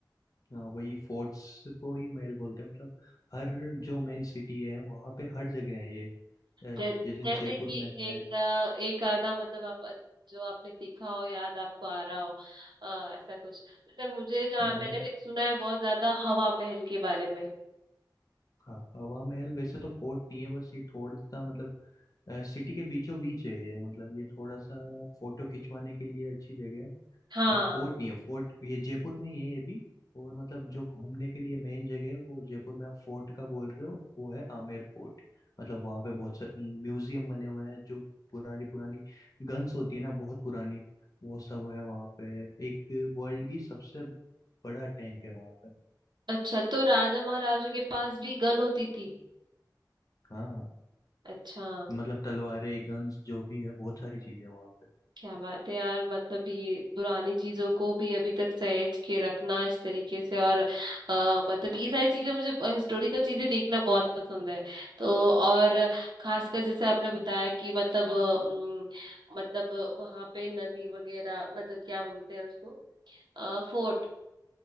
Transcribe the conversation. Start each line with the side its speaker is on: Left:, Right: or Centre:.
Left: वही फोर्ट्स को ही महल बोलते हैं मतलब हर जो मेन सिटी है वहाँ पे हर जगह है ये अ,
Right: जै,
Left: जैसे जयपुर
Right: जैसे कि
Left: में है
Right: एक अ, एक आधा मतलब आप जो आपने देखा हो याद आपको आ रहा हो अ, ऐसा कुछ जैसे मुझे जहाँ
Left: मैं
Right: मैंने एक सुना है बहुत ज्यादा हवा महल के बारे में
Left: हाँ हवा महल वैसे तो फोर्ट नहीं है बस ये थोड़ा सा मतलब सिटी के बीचों बीच है ये मतलब ये थोड़ा सा फोटो खिंचवाने के लिए अच्छी जगह है
Right: हाँ
Left: अ, फोर्ट नहीं है फोर्ट ये जयपुर में ही है ये भी और मतलब जो घूमने के लिए मेन जगह है वो जयपुर में आप फोर्ट का बोल रहे हो वो है आमेर फोर्ट मतलब वहाँ पे बहुत सारे म्यूजियम बने हुए हैं जो पुरानी पुरानी गन्स होती है ना बहुत पुरानी वो सब है वहाँ पे एक वर्ल्ड की सबसे बड़ा टैंक है वहाँ पे
Right: अच्छा तो राजा महाराजों के पास भी गन होती थी
Left: हाँ
Right: अच्छा
Left: मतलब तलवारें गन्स जो भी है बहुत सारी चीजें वहाँ पे
Right: क्या बात है यार मतलब ये पुरानी चीजों को भी अभी तक सहेज के रखना इस तरीके से और अ, मतलब ये सारी चीजें मुझे हिस्टोरिकल चीजें देखना बहुत पसंद है तो और खासकर जैसे आपने बताया कि मतलब अम, मतलब वहां पे नदी वगैरह मतलब क्या बोलते हैं उसको फोर्ट